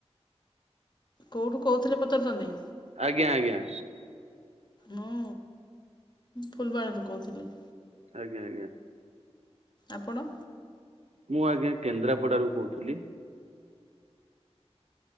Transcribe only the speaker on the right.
ଆଜ୍ଞା ଆଜ୍ଞା।
ଆଜ୍ଞା ଆଜ୍ଞା।
ମୁଁ ଆଜ୍ଞା କେନ୍ଦ୍ରାପଡାରୁୁ କହୁଥିଲି।